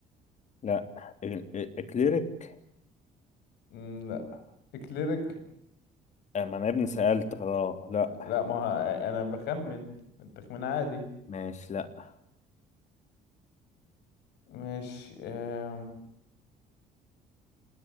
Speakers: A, on the left; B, on the left.
A: لا ال- ال- إكليريك
B: مم، لا إكليريك
A: آه، ما أنا يا ابني سألت خلاص لا
B: لا ما ه- أنا بخمن التخمين عادي
A: ماشي لا
B: ماشي أم...